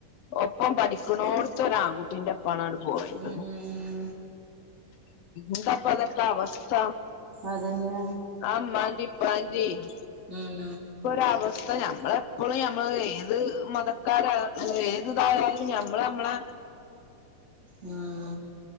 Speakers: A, on the left; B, on the right.
A: ഒപ്പം പഠിക്കുണോട്ത്ത ഒരു ആൺകുട്ടീന്റപ്പാണ് പോയത്
B: ഉം
A: എന്താപ്പ അതൊക്കെ അവസ്ഥ
B: അതന്നെ
A: ആ ഇമ്മാന്റിം ഇപ്പാന്റിം
B: ഉം
A: ഒര അവസ്ഥ നമ്മളെപ്പോഴും ഞമ്മള് ഏത് മതക്കാര ഏത്‌ തായാലും ഞമ്മൾ നമ്മളെ
B: ഉം